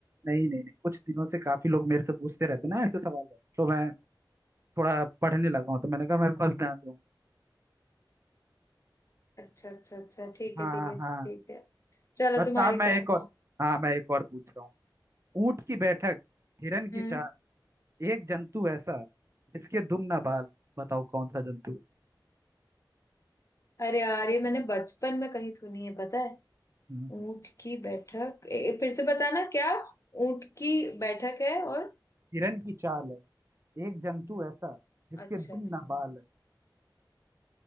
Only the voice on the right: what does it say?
नहीं नहीं नहीं कुछ दिनों से काफी लोग मेरे से पूछते रहते ना ऐसे सवाल तो मैं थोड़ा पढ़ने लगा हूँ तो मैंने कहा मैं फर्स्ट ध्यान दूँ
हाँ
हाँ
अच्छा
अब मैं
एक और हाँ मैं एक और पूछ रहा हूँ ऊंट की बैठक हिरन की
चाल एक जंतु ऐसा जिसके दुम ना बाल बताओ कौन सा जंतु है
हम्म,
हम्म।
हिरन की चाल है एक जंतु ऐसा जिसके
दुम ना बाल है